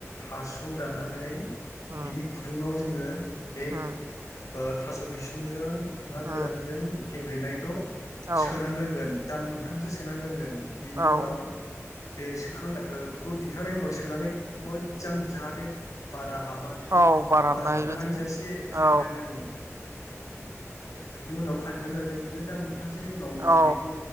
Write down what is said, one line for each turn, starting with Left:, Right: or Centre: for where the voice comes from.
Left: हासुं दाननानै
Right: उम
Left: बिनि गुदुंङाव जोंङो बे ओ
Right: उम
Left: थास बिसंजों ना
Right: औ
Left: गोरानजों गेब्लेनाय सोना
Right: औ
Left: दोनगोन दान मोनथामसो सोना दोनगोन बिनि
Right: औ
Left: उनाव बे सोखांनाय ओ बेखौ दिखांनायनि उनाव सोनानै मो जां जाहाथे बारा हाबा बेखौ
Right: औ बार
Left: बारा
Right: हायि
Left: हाबनो
Right: बायदि
Left: हाइजासे खाथिना
Right: औ
Left: दोनो <inaudible> बिनि उनाव खाथिनानै दोननाय जों बिदिनो दान मोनथामसोनि उनाव
Right: औ
Left: बेखौ